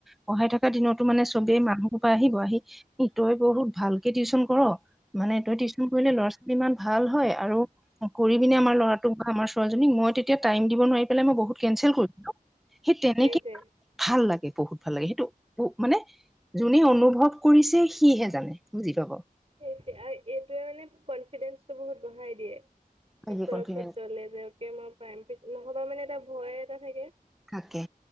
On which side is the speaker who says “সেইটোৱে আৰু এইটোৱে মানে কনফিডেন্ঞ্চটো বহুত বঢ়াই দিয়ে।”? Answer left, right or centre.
Right